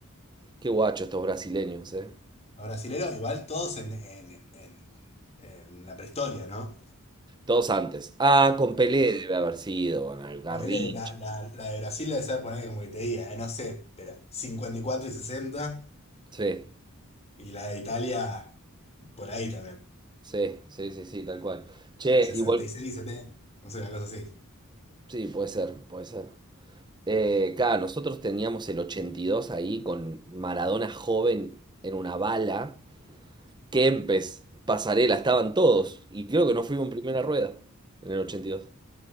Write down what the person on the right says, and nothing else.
Qué guacho estos brasileños, ¿eh?
Todos antes. Ah, con Pelé
debe haber sido, con el Garrincha.
Sí,
sí, sí, sí, sí, tal cual. Che,
igual,
sí, puede ser, puede ser. Eh, claro, nosotros teníamos el 82 ahí con Maradona joven en una bala. Kempes, Pasarela, estaban todos. Y creo que no fuimos en primera rueda en el ochenta y dos